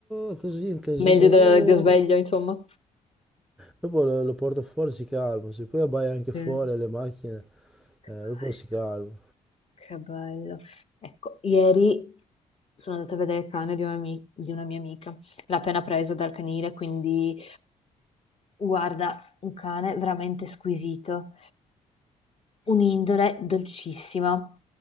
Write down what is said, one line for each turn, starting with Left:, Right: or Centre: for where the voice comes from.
Centre: oh, così un casino,
Left: Meglio de-
Centre: io... oh".
Left: di sveglio, insomma.
Centre: Dopo lo, lo porto fuori, si calma, se poi abbaia anche fuori
Left: Mm.
Centre: alle macchine,
Left: Che
Centre: eh,
Left: bello,
Centre: dopo si calma.
Left: Che bello. Ecco, ieri sono andata a vedere il cane di una, mi- di una mia amica. L'ha appena preso dal canile, quindi guarda, un cane veramente squisito. Un'indole dolcissima,